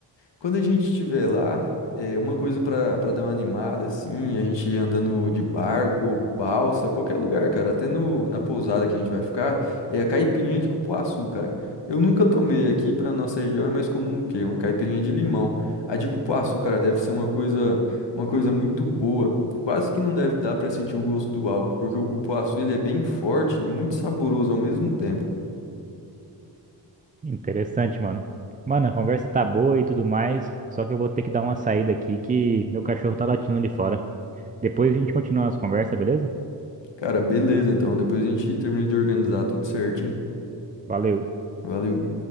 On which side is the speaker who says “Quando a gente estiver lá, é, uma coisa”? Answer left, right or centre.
Left